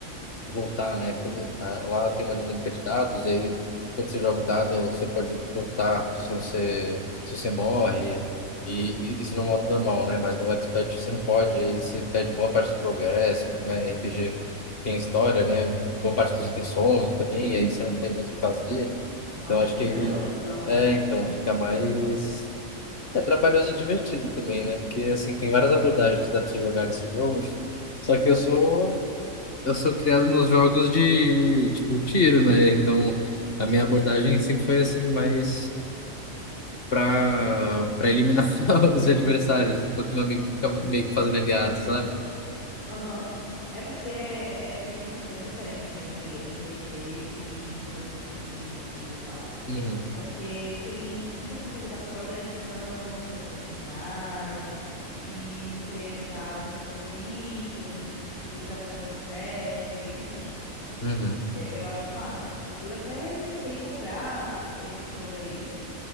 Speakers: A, on the left; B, on the left.
A: voltar, né? Quando, ah, lá tem uma dinâmica de dados, e aí, quando você joga o dado, você pode voltar se você, se você morre, e,
B: Uhum.
A: e isso no modo normal, né? Mas no expert você não pode, aí você perde boa parte do progresso, como é RPG, tem história, né? Boa parte dos itens somem também, e aí você não tem muito o que fazer.
B: Nossa,
A: Então acho
B: trabalhoso
A: que ele.
B: então, hein?
A: É, então, fica mais. É trabalhoso e divertido também, né? Porque, assim, tem várias abordagens que dá pra você jogar nesse jogo. Só que eu sou. Eu sou criado nos jogos de, tipo, tiro, né? Então, a minha abordagem sempre foi, assim, mais pra, pra eliminar <laughs> os adversários, enquanto meu amigo ficava meio que fazendo aliado, sabe?
B: Aham. É porque é, tem essa grande diferença, né, entre RPG e, e jogo de tiro e tal.
A: Uhum,
B: Porque tem muito essa coisa da progressão do seu personagem, de você tá juntando item, de você tá fazendo quest, enfim.
A: uhum.
B: É, eu acho massa. Eu até pensei em comprar esse jogo aí,